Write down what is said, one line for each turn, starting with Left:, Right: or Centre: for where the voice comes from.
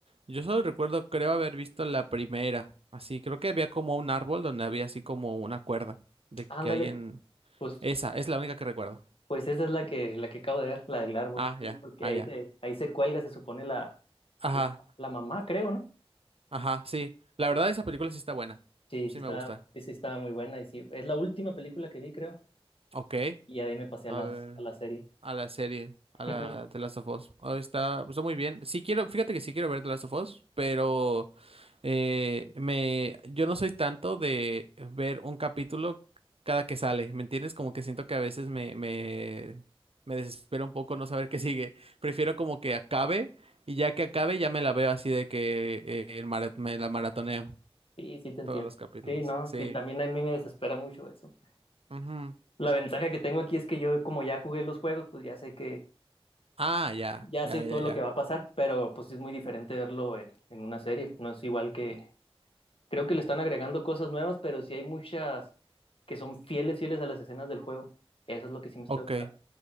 Right: yo solo recuerdo, creo haber visto la primera, así, creo que había como un árbol donde había así como una cuerda de
Left: Ándale,
Right: que alguien...
Left: pues
Right: Esa, es la única que recuerdo.
Left: Pues esa es la que, la que acabo de ver, la del árbol.
Right: Ah,
Left: Sí,
Right: ya,
Left: Porque
Right: ah,
Left: ahí
Right: ya.
Left: se, ahí se cuelga, se supone, la,
Right: Ajá,
Left: la, la mamá, creo, ¿no?
Right: ajá, sí. La verdad, esa película sí está buena.
Left: Sí,
Right: Sí
Left: sí está,
Right: me gusta.
Left: sí, sí estaba muy buena. Y sí, es la última película que vi, creo.
Right: Ok,
Left: Y ya de ahí me pasé
Right: a
Left: a las,
Right: ver,
Left: a la serie.
Right: a la serie, a la
Left: Ujú.
Right: The Last of Us. Oh, está, está muy bien. Sí quiero, fíjate que sí quiero ver The Last of Us, pero eh, me, yo no soy tanto de ver un capítulo cada que sale, ¿me entiendes? Como que siento que a veces me, me, me desespero un poco no saber qué sigue. Prefiero como que acabe y ya que acabe ya me la veo así de que eh, el mara- me la maratoneo
Left: Sí, sí te entiendo.
Right: todos los capítulos.
Left: Sí, no,
Right: Sí.
Left: sí, también a mí me desespera mucho eso.
Right: Ujú.
Left: La ventaja que tengo aquí es que yo, como ya jugué los juegos, pues ya sé que,
Right: Ah, ya,
Left: ya
Right: ya,
Left: sé todo
Right: ya,
Left: lo
Right: ya.
Left: que va a pasar, pero pues sí es muy diferente verlo en, en una serie. No es igual que, Creo que le están agregando cosas nuevas, pero sí hay muchas que son fieles, fieles a las escenas del juego. Eso es lo que sí me está
Right: Ok,
Left: gustando.